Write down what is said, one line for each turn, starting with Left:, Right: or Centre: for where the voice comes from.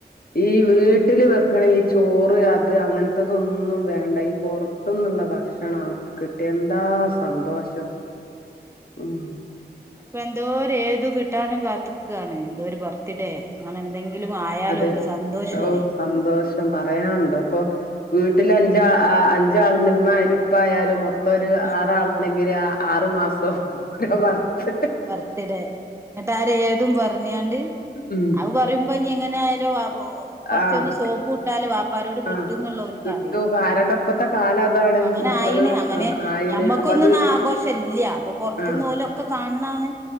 Left: ഈ വീട്ടില് വെക്കണ ഈ ചോറ് അത് അങ്ങനത്തതൊന്നും
Right: ഉം
Left: വേണ്ട ഈ പൊറത്തുന്നുള്ള ഭക്ഷണം അവർക്ക് കിട്ടിയ എന്താ സന്തോഷം
Right: ഉം
Left: ഉം
Right: അപ്പൊ എന്തോര് ഏതു കിട്ടാന് കാത്ത്ക്കാണ് എന്തോ ഒരു ബർത്ത്ഡേ അങ്ങനെന്തെങ്കി ങ്കിലുമായാല്
Left: അതെ
Right: ഓൽക്ക് സന്തോഷമായി
Left: ഓ സന്തോഷം പറയാണ്ടോ പ്പോ വീട്ടിലഞ്ചാ അഞ്ചാള് ഇമ്മായാലും ഇപ്പായാലും മൊം ഇപ്പൊരു
Right: ഉം
Left: ആറാള്ണ്ടെങ്കില് ആറ് മാസം ഓരോ വറുത്ത്
Right: ബർത്ത്ഡേ എന്നിട്ട് ആരേതും പറഞ്ഞിയാണ്ട്
Left: ഉം
Right: അവ പറ പറിമ്പം ഇഞി എങ്ങനായാലും വാപ് ഓ കൊറച്ചൊരു
Left: ആഹ്
Right: സോപ്പും ട്ടാല് വാപ്പാരോട് കിട്ടുംന്നുള്ള
Left: ആഹ്
Right: ഓൽക്കറിയാം
Left: കിട്ടൂ കാരണം ഇപ്പത്തെ
Right: ആഹ്
Left: കാലം അതാണ്
Right: ഇപ്പങ്ങനായിന്ന്
Left: മക്കള്
Right: ങ്ങനെ
Left: ആയിണ്
Right: ഞമ്മക്കൊന്നുംന്നാ
Left: അപ്പൊ അത്
Right: ആഘോഷ ഇല്ല്യ അപ്പൊ പൊറത്തുന്നോല്
Left: ആഹ്
Right: ഒക്കെ കാണ് ണാണ്